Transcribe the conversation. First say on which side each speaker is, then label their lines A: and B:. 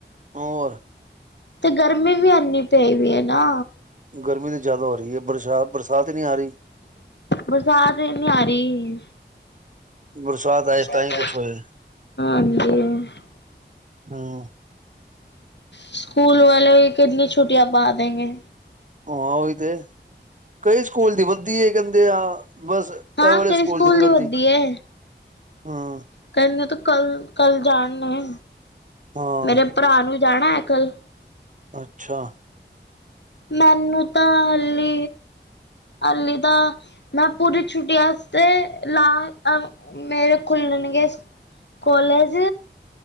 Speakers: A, on the right; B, on the left.
A: ਹੋਰ।
B: ਤੇ ਗਰਮੀ ਵੀ ਐਨੀ ਪਈ ਵੀ ਹੈ ਨਾ।
A: ਗਰਮੀ ਤਾਂ ਜ਼ਿਆਦਾ ਹੋ ਰਹੀ ਹੈ। ਬਰਸਾਤ-ਬਰਸਾਤ ਹੀ ਨਹੀਂ ਆ ਰਹੀ।
B: ਬਰਸਾਤ ਹੀ ਨੀ ਆ ਰਹੀ।
A: ਬਰਸਾਤ ਆਏ
B: ਗੁੱਸਾ
A: ਤਾਂ
B: ਆਉਂਦਾ
A: ਹੀ ਕੁਛ ਹੋਏ
B: ਇੱਥੇ ਹਾਂਜੀ।
A: ਹਮ।
B: ਸਕੂਲ ਵਾਲੇ ਕਿਤਨੀ ਛੁੱਟੀਆਂ ਪਾ ਦੇੰਗੇ।
A: ਹਾਂ ਉਹੀ ਤੇ। ਕਈ ਸਕੂਲ ਦੀ ਵੱਧਦੀ ਹੈ ਕਹਿੰਦੇ ਆ। ਬਸ
B: ਹਾਂ
A: ਇਹ ਵਾਲੇ
B: ਕਈ
A: ਸਕੂਲ ਦੀ ਨੀ ਵਰਦੀ
B: ਹੁੰਦੀ ਹੈ
A: ਹਾਂ।
B: ਕੱਲ ਨੂੰ ਤੂੰ ਕੱਲ-ਕੱਲ ਜਾਣ ਨੇ,
A: ਹਾਂ
B: ਮੇਰੇ ਭਰਾ ਨੂੰ ਜਾਣਾ ਹੈ ਕੱਲ।
A: ਅੱਛਾ।
B: ਮੈਨੂੰ ਤਾਂ ਹਲੀ। ਹਲੀ ਤਾ, ਮੈਂ ਪੂਰੀ ਛੁੱਟੀਆ ਵਾਸਤੇ ਲਾ ਅ ਮੇਰੇ ਖੁੱਲਣਗੇ ਕਾਲਜ।